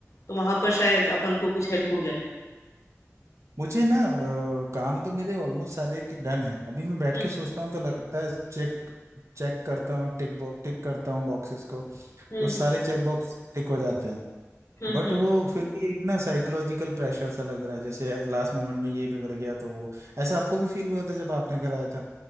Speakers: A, on the left; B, on the right.
A: तो वहां पर शायद अपन को कुछ हेल्प हो जाए
B: मुझे ना अ, काम तो मेरे ऑलमोस्ट सारे डन है अभी मैं बैठ
A: हम्म
B: के सोचता हूँ तो लगता है चेक चेक करता हूँ टिक बॉक्स टिक करता हूँ बॉक्सेस को
A: हम्म
B: तो सारे
A: हम्म
B: चेक बॉक्स टिक हो जाते हैं
A: हम्म
B: बट
A: हम्म
B: वो फिर भी एक ना साइकोलॉजिकल प्रेशर सा लग रहा है जैसे लास्ट मोमेंट में ये बिगड़ गया तो वो ऐसा आपको भी फील हुआ था जब आपने कराया था